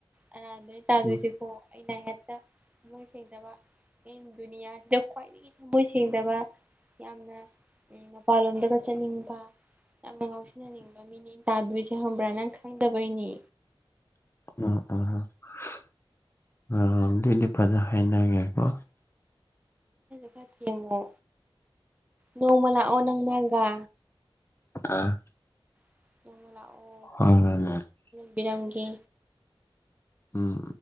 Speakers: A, on the right; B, on the left.
A: ꯑꯔꯥꯟꯕꯅꯦ ꯇꯥꯗꯣꯏꯁꯤꯀꯣ
B: ꯎꯝ
A: ꯑꯩꯅ ꯍꯦꯛꯇ ꯊꯃꯣꯏ ꯁꯦꯡꯗꯕ ꯑꯩꯅ ꯗꯨꯅꯤꯌꯥꯁꯤꯗ ꯈ꯭ꯋꯥꯏꯗꯒꯤ ꯊꯃꯣꯏ ꯁꯦꯡꯗꯕ ꯌꯥꯝꯅ ꯃꯄꯥꯟꯂꯣꯝꯗꯒ ꯆꯠꯅꯤꯡꯕ ꯌꯥꯝꯅ ꯉꯥꯎꯁꯤꯟꯅꯅꯤꯡ ꯇꯥꯗꯣꯏꯁꯤ ꯍꯪꯕ꯭ꯔꯥ ꯅꯪ ꯈꯪꯗꯕꯩꯅꯤ
B: ꯎꯝ ꯎꯝ <unintelligible> ꯑ ꯑꯗꯨꯏꯗꯤ ꯐꯖ ꯍꯥꯏꯅꯒꯦꯀꯣ
A: ꯁꯨ ꯊꯦꯝꯃꯣ ꯅꯣꯡꯃ ꯂꯑꯣ ꯅꯪ ꯃꯥꯒꯥ
B: ꯑ
A: <inaudible>
B: <unintelligible>
A: ꯕꯤꯔꯪꯒꯤꯖ
B: ꯎꯝ